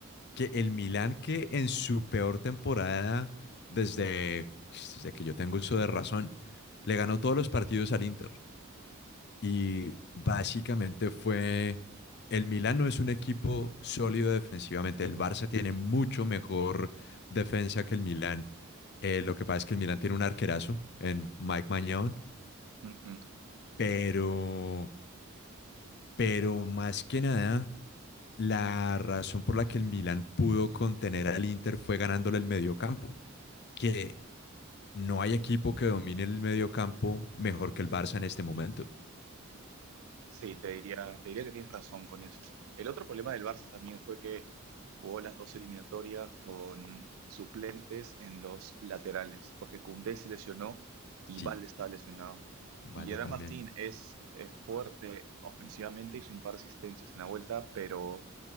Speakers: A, on the left; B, on the right.
A: que el Milan que en su peor temporada, desde, desde que yo tengo uso de razón, le ganó todos los partidos al Inter. Y básicamente fue, el Milan no es un equipo sólido defensivamente. El Barça tiene mucho mejor defensa que el Milan. Eh, lo que pasa es que el Milan tiene un arquerazo en Mike Maignan,
B: <laughs>
A: pero, pero más que nada... La razón por la que el Milan pudo contener al Inter fue ganándole el mediocampo. que no hay equipo que domine el medio campo mejor que el Barça en este momento.
B: Sí, te diría, te diría que tienes razón con eso. El otro problema del Barça también fue que jugó las dos eliminatorias con suplentes en los laterales, porque Koundé se lesionó y
A: Sí,
B: Valde estaba lesionado.
A: vale
B: Y Gerard
A: también.
B: Martín es, es fuerte ofensivamente, hizo un par de asistencias en la vuelta, pero